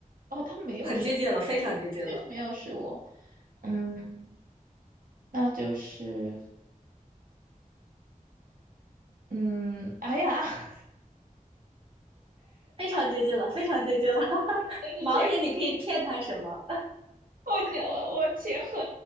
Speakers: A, on the right (about 85°); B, on the right (about 40°).
A: 哦，他没有食物，
B: 很接近了，非常接近了，
A: 对的确是没有食物。嗯，那就是，嗯，哎呀，<laughs>
B: 非常接近了，非常接近了。<laughs>
A: 等你前面，
B: 盲人你可以骗他什么？
A: 我结我我结合